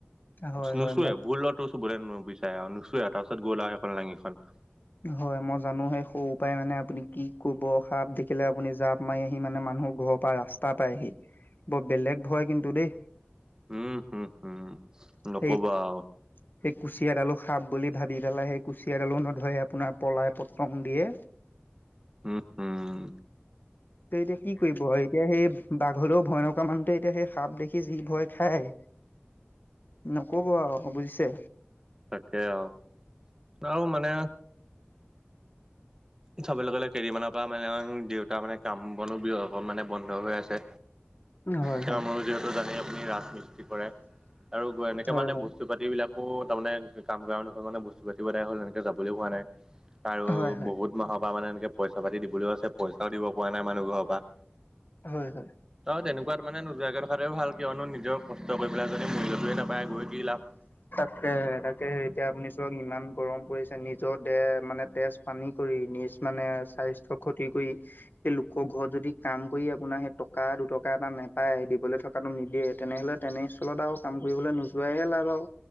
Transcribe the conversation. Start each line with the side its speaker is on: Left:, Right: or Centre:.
Left: হয়
Right: নোচোৱে,
Left: হয় মই
Right: ভুলতো চোৱলে নুবিচাৰে আৰু নোচোৱে, তাৰপিছত গ'ল আৰু সেইখন লাঙিখন।
Left: হয়। মই জানো, সেই সৰু পাই মানে আপুনি কি কৰিব, সাপ দেখিলে আপুনি জাপ মাৰি আহি মানে মানুহৰ ঘৰ। পা ৰাস্তা পাইহি, বৰ বেলেগ ভয় কিন্তু দেই।
Right: উম, হুম- হুম নকব
Left: সেই
Right: আও।
Left: সেই কুচিয়াডালো সাপ বুলি ভাবি পেলাই, সেই কুচিয়াডালো নধৰে আপোনাৰ পলাই পতং দিয়ে।
Right: উম, উম।
Left: তে এতিয়া কি কৰিব, এতিয়া সেই বাঘলৈও ভয় নকৰা মানুহতে এতিয়া সেই সাপ দেখি যি ভয় খায়। নক'ব আও বুজিছে।
Right: তাকে আও, আও মানে। চাবলৈ গ'লে কেইদিন মানৰ পৰা মানে দেউতা মানে কাম বনো বি অকন মানে বন্ধ হৈ আছে।
Left: হয়
Right: কিয়
Left: হয়
Right: ময়ো যিহেতু জানেই আপুনি ৰাজমিস্তি কৰে আৰু এনেকে
Left: হয়
Right: মানে
Left: হয়
Right: বস্তু <unintelligible> পাতিবিলাকো তাৰমানে কাম কৰা মানুহৰ মানে বস্তু পাতি এদায় হ'ল, এনেকে যাবলৈ হোৱা নাই। আৰু
Left: হয় হয় হয়
Right: বহুত মাহৰ পৰা মানে এনেকে পইচা পাতি দিবলৈও আছে, পইচাও দিব পৰা নাই মানুহ ঘৰৰ পৰা।
Left: হয় হয়।
Right: অ' তেনেকোৱাত মানে নোযোৱাকে থকাটোৱে ভাল কিয়নো নিজৰ কষ্ট কৰি পেলাই যদি মুল্যটোয়ে নাপায়, গৈ কি লাভ।
Left: কে তাকে, হে এতিয়া আপুনি চাওক ইমান গৰম পৰিছে, নিজৰ দেহ মানে তেজ পানী কৰি, নিজ মানে স্বাস্থ্য ক্ষতি কৰি সেই লোকৰ ঘৰত যদি কাম কৰি আপোনাৰ সেই টকা দুটকা এটা নেপায়, দিবলৈ থকা কাটো নিদিয়ে, তেনেহ'লে তেনেস্থলত আৰু কাম কৰিবলৈ নো যোৱাই হে লাভ আৰু।